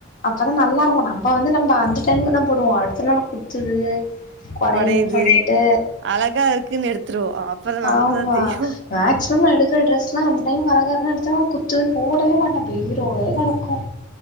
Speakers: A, on the left; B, on the right.
A: அப்பதா நல்லா இருக்கு நம்ப வந்து நம்ப அந்த டைமுக்குதா போடுவோ அடுத்த நாள் குத்துது. கொடையுதுன்னு
B: கொடையுது.
A: சொல்லிட்டு
B: அழகா இருக்குன்னு எடுத்துருவோ. அப்புறோ நமக்குதா
A: ஆமா
B: தெரியு
A: மேக்சிமம் எடுக்கிற டிரெஸ் எல்லா அந்த டைம்க்கு அலகாருக்குன்னு எடுத்தோ. குத்துதுன்னு போடவே மாட்ட பீரோவே கெடக்கு.